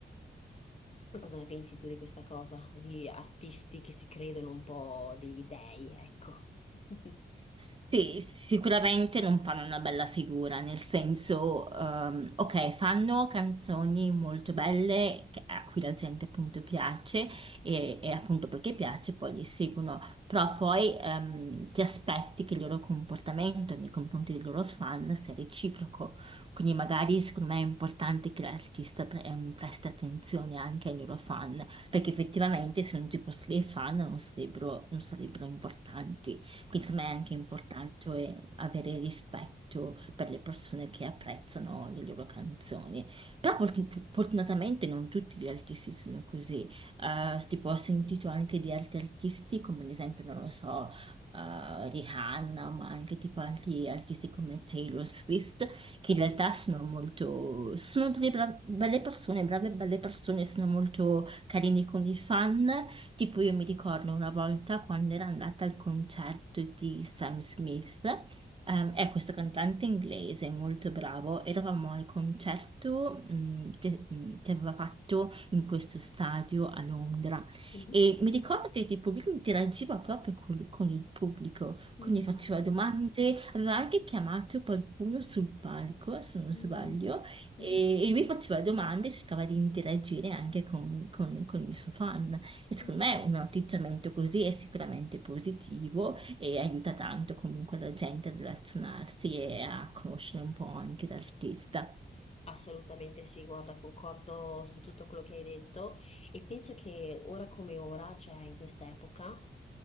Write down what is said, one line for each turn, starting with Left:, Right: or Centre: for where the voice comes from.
Left: Ma cosa ne pensi tu di questa cosa? Di artisti che si credono un po' degli dei, ecco. <laughs>
Right: Sì, sicuramente non fanno una bella figura, nel senso, ehm, ok, fanno canzoni molto belle che- a cui la gente appunto piace e, e appunto perché piace poi li seguono, però poi ehm, ti aspetti che il loro comportamento nei confronti dei loro fan sia reciproco, quindi magari secondo me è importante che l'artista pre- ehm, presti attenzione anche ai loro fan, perché effettivamente se non ci fossero i fan non sarebbero non sarebbero importanti. Quindi secondo me è anche importante eh, avere rispetto per le persone che apprezzano le loro canzoni. Però fortu- fortunatamente non tutti gli artisti sono così. Eh, tipo, ho sentito anche di altri artisti, come ad esempio, non lo so, eh, Rihanna, ma anche tipo altri artisti come Taylor Swift, che in realtà sono molto, sono delle bra- belle persone, brave e belle persone, sono molto carini con i fan, Tipo io mi ricordo una volta quando ero andata al concerto di Sam Smith, ehm, è questo cantante inglese molto bravo, eravamo al concerto mh, che, mh, che aveva fatto in questo stadio a Londra
Left: Mhm.
Right: e mi ricordo che tipo lui interagiva proprio col- con il pubblico,
Left: Mm.
Right: quindi faceva domande, aveva anche chiamato qualcuno sul palco, se non
Left: hm
Right: sbaglio, e,
Left: mhm
Right: e lui faceva domande e cercava di interagire anche con, con- con il suo fan. E secondo
Left: mhm
Right: me un atteggiamento così è sicuramente positivo e aiuta tanto comunque la gente a relazionarsi e a conoscere un po' anche l'artista.
Left: Assolutamente sì, guarda, concordo su tutto quello che hai detto e penso che ora come ora, cioè in questa epoca,